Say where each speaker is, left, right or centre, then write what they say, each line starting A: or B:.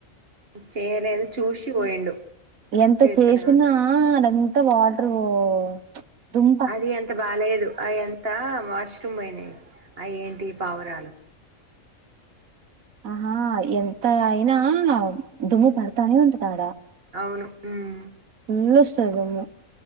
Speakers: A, on the right; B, on the right.
A: చేయలేదు చూషి పోయిండు
B: ఎంత
A: చేత్తలేదంట
B: చేసినా అదంత వాటర్ వో తుం
A: అది ఎంత బాలేదు అవి ఎంత వాష్రూమ్ పోయినాయి అవి ఏంటి పావురాలు
B: ఆహా ఎంత ఆయినా దుమ్ము పడతానే ఉంటది ఆడా
A: అవును ఉమ్
B: ఇంట్లో వస్తది గమ్ము